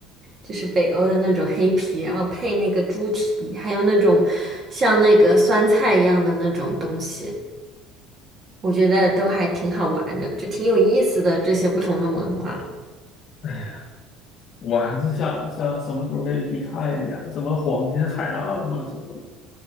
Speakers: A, on the right; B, on the left.
A: 就是北欧的那种黑啤，然后配那个猪蹄，还有那种像那个酸菜一样的那种东西。我觉得都还挺好玩的，就挺有意思的这些不同的文化。
B: 哎呀，我还是想想什么时候可以去看一下，什么黄金海岸嘛，什么。